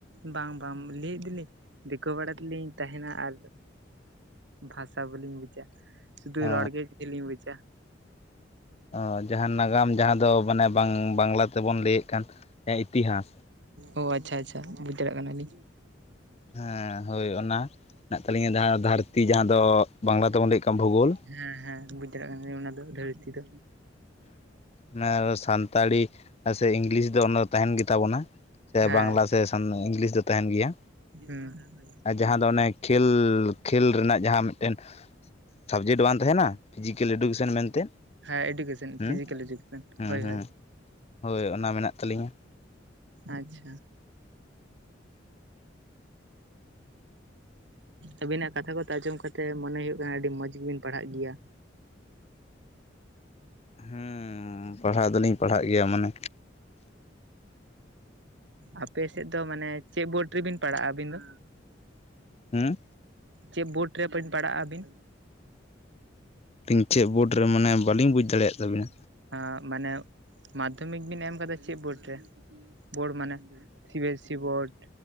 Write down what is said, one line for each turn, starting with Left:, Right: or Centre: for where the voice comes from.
Right: ᱵᱟᱝ ᱵᱟᱝ ᱞᱟᱹᱭ ᱤᱫᱤ ᱞᱮ ᱫᱤᱠᱩ ᱯᱟᱲᱟ ᱨᱮᱞᱤᱧ ᱛᱟᱦᱮᱱᱟ ᱟᱨ ᱵᱷᱟᱥᱟ ᱵᱞᱤᱧ ᱵᱩᱡᱟ᱾ ᱥᱩᱫᱩ
Left: ᱚ
Right: ᱨᱚᱲ ᱜᱮ <unintelligible> ᱞᱤᱧ ᱵᱩᱪᱟ᱾
Left: ᱚ, ᱡᱟᱦᱟᱸ ᱱᱟᱜᱟᱢ ᱡᱟᱦᱟᱸ ᱫᱚ ᱢᱟᱱᱮ ᱵᱟᱝ ᱵᱟᱝᱞᱟ ᱛᱮᱵᱚᱱ ᱞᱟᱹᱭᱮᱫ ᱠᱟᱱ ᱮᱻ ᱤᱛᱤᱦᱟᱸᱥ᱾
Right: ᱚ ᱟᱪᱪᱷᱟ ᱟᱪᱪᱷᱟ, ᱵᱩᱡᱽ ᱫᱟᱲᱮᱭᱟᱜ ᱠᱟᱱᱟᱞᱤᱧ᱾
Left: ᱦᱮᱸ ᱦᱳᱭ, ᱚᱱᱟ ᱦᱮᱱᱟᱜ ᱛᱟᱹᱟᱞᱤᱧᱟ ᱡᱟᱦᱟᱸ ᱫᱷᱟᱹᱨᱛᱤ ᱡᱟᱦᱟᱸ ᱫᱚ ᱵᱟᱝᱞᱟ ᱛᱮᱵᱚᱱ ᱞᱟᱹᱭᱮᱜ ᱠᱟᱱ ᱵᱷᱩᱜᱳᱞ᱾
Right: ᱦᱮᱸ ᱦᱮᱸ ᱵᱩᱡᱽ ᱫᱟᱲᱮᱭᱟᱜ ᱠᱟᱱ ᱜᱤᱭᱟᱹᱧ ᱚᱱᱟ ᱫᱚ ᱫᱷᱟᱹᱨᱛᱤ ᱫᱚ᱾
Left: ᱚᱱᱟ ᱥᱟᱱᱛᱟᱲᱤ ᱥᱮ ᱤᱝᱞᱤᱥ ᱫᱚ ᱚᱱᱟ ᱫᱚ ᱛᱟᱦᱮᱱ ᱜᱮᱛᱟᱵᱚᱱᱟ᱾ ᱥᱮ
Right: ᱦᱮᱸ
Left: ᱵᱟᱝᱞᱟ ᱥᱮ ᱥᱟᱱ ᱤᱝᱞᱤᱥ ᱫᱚ ᱛᱟᱦᱮᱱ ᱜᱮᱭᱟ᱾
Right: ᱦᱩᱸ, ᱦᱮᱸ ᱦᱮᱸ᱾
Left: ᱟᱨ ᱡᱟᱦᱟᱸ ᱫᱚ ᱚᱱᱮ ᱠᱷᱮᱹᱞ ᱠᱷᱮᱹᱞ ᱨᱮᱱᱟᱜ ᱡᱟᱦᱟᱸ ᱢᱤᱫᱴᱮᱱ ᱥᱟᱵᱽᱡᱮᱠᱴ ᱵᱟᱝ ᱛᱟᱦᱮᱱᱟ ᱯᱷᱤᱡᱤᱠᱮᱞ ᱮᱰᱩᱠᱮᱥᱚᱱ ᱢᱮᱱᱛᱮ?
Right: ᱦᱮᱸ ᱮᱰᱩᱠᱮᱥᱚᱱ
Left: ᱦᱩᱸ
Right: ᱯᱷᱤᱡᱤᱠᱮᱞ ᱮᱰᱩᱠᱮᱥᱚᱱ,
Left: ᱦᱩᱸ
Right: ᱦᱳᱭ
Left: ᱦᱩᱸ
Right: ᱦᱳᱭ᱾
Left: ᱦᱳᱭ ᱚᱱᱟ ᱢᱮᱱᱟᱜ ᱛᱟᱹᱟᱞᱤᱧᱟ᱾
Right: ᱟᱪᱪᱷᱟ᱾ ᱟᱵᱤᱱᱟᱜ ᱠᱟᱛᱷᱟ ᱠᱚ ᱟᱸᱡᱚᱢ ᱠᱟᱛᱮᱜ ᱢᱚᱱᱮ ᱦᱩᱭᱩᱜ ᱠᱟᱱᱟ ᱟᱹᱰᱤ ᱢᱚᱸᱡᱽ ᱜᱮᱵᱤᱱ ᱯᱟᱲᱦᱟᱜ ᱜᱮᱭᱟ᱾
Left: ᱦᱩᱸ, ᱯᱟᱲᱦᱟᱣ ᱫᱚᱞᱤᱧ ᱯᱟᱲᱦᱟᱜ ᱜᱮᱭᱟ ᱢᱟᱱᱮ
Right: ᱟᱯᱮ ᱥᱮᱫ ᱫᱚ ᱢᱟᱱᱮ ᱪᱮᱫ ᱵᱳᱨᱰ ᱨᱮᱵᱤᱱ ᱯᱟᱲᱟᱜ-ᱟ ᱟᱹᱵᱤᱱ ᱫᱚ?
Left: ᱦᱩᱸ
Right: ᱪᱮᱫ ᱵᱳᱰ ᱨᱮᱵᱤᱱ ᱯᱟᱲᱟᱜ-ᱟ ᱟᱵᱤᱱ?
Left: ᱛᱚ ᱪᱮᱫ ᱵᱳᱰ ᱨᱮ ᱢᱟᱱᱮ, ᱵᱟᱞᱤᱧ ᱵᱩᱡᱽ ᱫᱟᱲᱮᱭᱟᱭᱟᱜ ᱛᱟᱵᱤᱱᱟ᱾
Right: ᱟᱻ ᱢᱟᱱᱮ ᱢᱟᱫᱽᱫᱷᱚᱢᱤᱠ ᱵᱤᱱ ᱮᱢ ᱟᱠᱟᱫᱟ ᱪᱮᱫ ᱵᱳᱰ ᱨᱮ? ᱵᱳᱰ ᱢᱟᱱᱮ C B S C board.